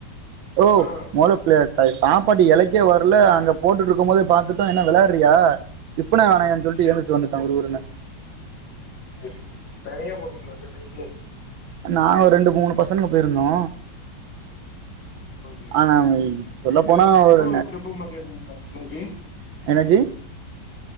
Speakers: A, on the right; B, on the left.
A: ஓ
B: ஆ
A: மொதல பிளே ப சாப் பாடு எலைக்கே வரல அங்க போட்டுட்ருக்கும் போதே பாத்துட்டோ என்ன வெளாடுறியா டிஃபனே வேணாயான் சொல்ட்டு
B: சேரி
A: எந்திரிச்சி வந்துட்ட ஒரு ஊரன
B: செர் தனியா போனிங்ளா சென்னைக்கு
A: நாங்க ரெண்டு மூணு பசங்க போயிருந்தோ
B: ஓகே ஓகே
A: ஆனா சொல்ல போனா
B: எனக்கு ட்ரிப்பு
A: ஒரு
B: ட்ரிப்பு <unintelligible>
A: என்னஜி